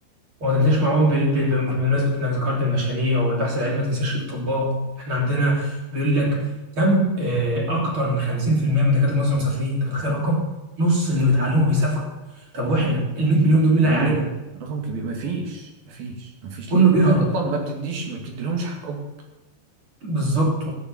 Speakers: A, on the right (about 30°); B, on the right (about 60°).
A: وما تنساش معاهم بال- ب- ب- بمناسبة انك ذكرت المشاريع والبحث العلمي ما تنساش الاطباء احنا عندنا بيقول لك كم آه، اكتر من 50% من دكاترة مصر مسافرين انت متخيل رقم نص اللي بيتعلموا بيسافروا طب واحنا ال 100 مليون
B: رقم
A: دول مين
B: كبير
A: اللي هيعالجهم
B: رقم كبير مفيش مفيش مفيش
A: كله
B: لأن أنت
A: بيهرب
B: أصلا ما بتديش ما بتديلهمش حقهم
A: بالظبط